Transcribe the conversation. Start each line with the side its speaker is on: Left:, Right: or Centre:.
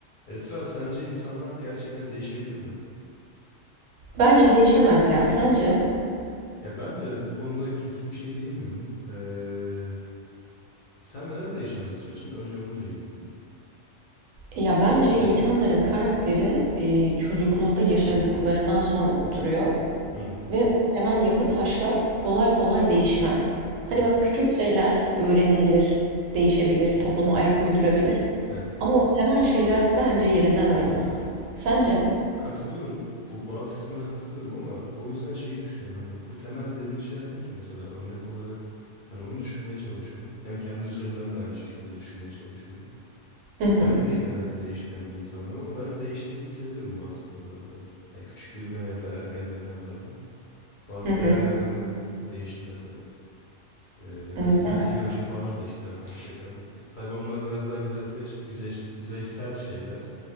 Left: Esra, sence insanlar gerçekten değişebilir mi?
Right: Bence değişemez ya. Sence?
Left: Ya ben de bu konuda kesin bir şey diyemiyorum. Ee, sen neden değişemez diyorsun? Önce onu duyayım bir.
Right: Ya bence insanların karakteri e, çocukluğunda yaşadıklarından sonra oturuyor
Left: Hı hı,
Right: ve o temel yapı taşlar kolay kolay değişmez. Hani
Left: hı hı.
Right: bak küçük şeyler öğrenilir, değişebilir, topluma ayak uydurabilir
Left: Evet.
Right: ama o temel şeyler bence yerinden oynamaz. Sence?
Left: Ya, Katılıyorum. Bu bazı kısımlara katılıyorum ama o yüzden şeyi düşünüyorum. Hani bu temel dediğimiz şeyler ne ki mesela örnek olarak hani onu düşünmeye çalışıyorum. Hem kendi üzerimden de aynı şekilde düşünmeye çalışıyorum.
Right: Hı hı.
Left: Ben de genelde değişmeyen bir insanım ama ben değiştiğimi hissediyorum bazı konularda. Ya küçüklüğüme ya da ergenliğime nazaran. Bazı
Right: Hı hı.
Left: değer yargılarım değişti mesela. Ee, mesela
Right: Hı,
Left: <laughs> siyasi
Right: Deme.
Left: görüşüm falan değişti örnek veriyorum. Tabii onlar biraz daha yüzeysel, yüzey- yüzeysel şeyler.